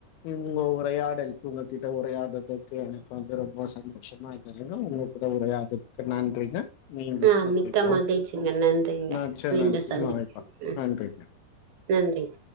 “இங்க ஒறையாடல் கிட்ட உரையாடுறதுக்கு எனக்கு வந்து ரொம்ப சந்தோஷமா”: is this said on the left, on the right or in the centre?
Left